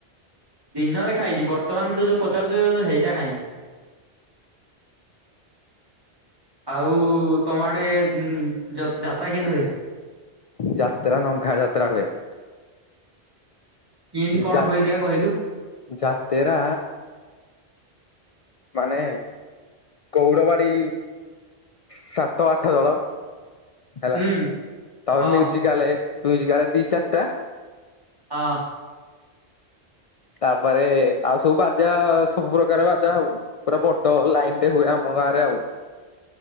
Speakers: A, on the right (about 20°); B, on the left (about 60°).
A: ଦିନରେ ଖାଇଛି ବର୍ତ୍ତମାନ ତୁ ଯୋଉ ପଚାରୁଛୁ ହେଇଟା ଖାଇନି। ଆଉ ତମ ଆଡ଼େ ଯଯାତ୍ରା କେମତି ହୁଏ?
B: ଯାତ୍ରା ନଙ୍ଗା ଯାତ୍ରା ହୁଏ।
A: କେଏନ୍ତି କଣ
B: ଯା
A: ହୁଏ ଦେଖିଆ କହିଲୁ।
B: ଯାତେରା ମାନେ ଗୌରବାଡି। ସାତ ଆଠ ଦଳ। ହେଲା
A: ହୁଁ
B: ତାପରେ
A: ହଁ
B: ମ୍ୟୁଜିକ୍କାଲେ ମ୍ୟୁଜିକ୍କାଲେ ଦି ଚାରିଟା।
A: ହଁ?
B: ତାପରେ ଆଉ ସବୁ ବାଜା ସବୁ ପ୍ରକାର ବାଜା ଆଉ। ପୁରା ବଡ ଲାଇନ ରେ ହୁଏ ଆମ ଗାଁ ରେ ଆଉ।